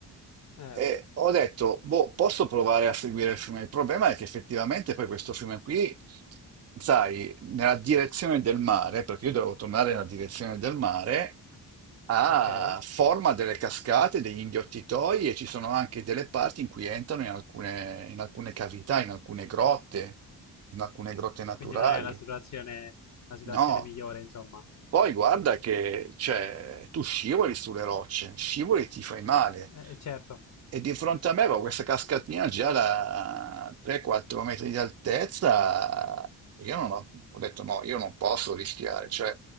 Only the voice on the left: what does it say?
eh,
ok.
Quindi non è la situazione, la situazione
migliore, insomma.
Eh, eh, certo,